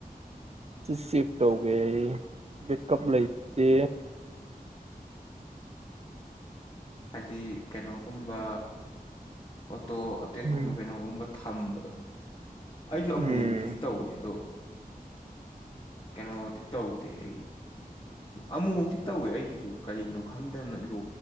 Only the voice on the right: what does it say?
ꯁꯤ ꯆꯦꯛ ꯇꯧꯒꯦ ꯑꯩ <inaudible> ꯀꯞ ꯂꯩꯇꯦ
ꯎꯝ
ꯎꯝ